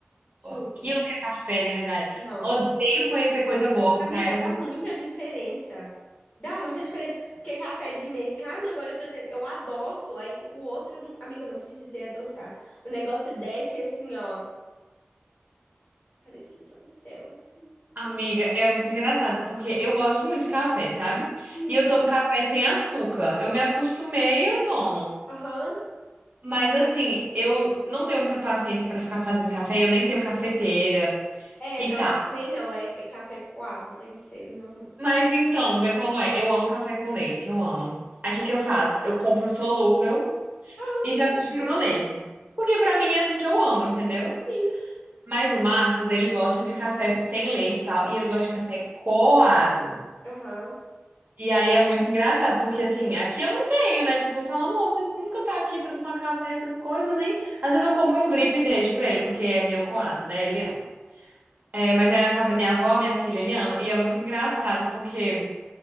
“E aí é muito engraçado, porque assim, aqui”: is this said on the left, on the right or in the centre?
Right